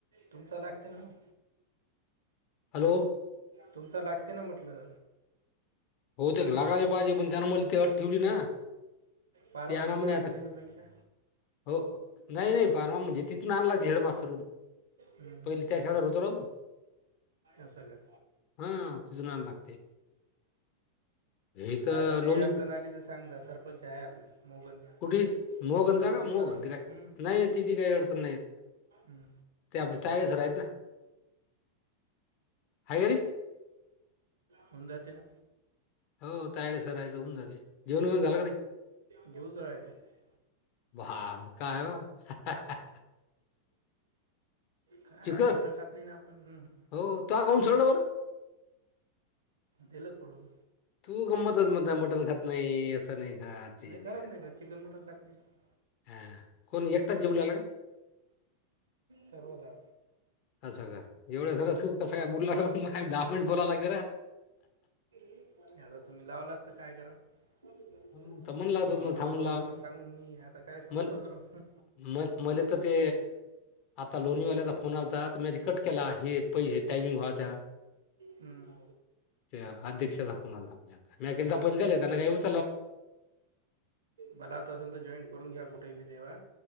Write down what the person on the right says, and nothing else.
तुमचा लागते ना मग
तुमच लागते ना म्हटलं
पारवा
दवड
आहे शेलूपेक्षा
हम्म,
असं का
फायदा
काही अडचण आली तर सांग द सरपंच आहे आपल्या मोगनचा
मोगन
पार होता
हम्म,
हम्म.
होऊन जाते ना
घेऊच राहतो
काय
मटण खात नाही ना आपण हम्म.
दिलं सोडून
खरंच
का चिकन मटण खात नाही
सर्वदा
आता तुम्ही लावलास तर काय करा रोज
रोज रोज
रोज सांगून मी आता काय सांगू
रोज रोज
हम्म
मला आता <unintelligible> जॉईंट करून घ्या कुठं भी देवा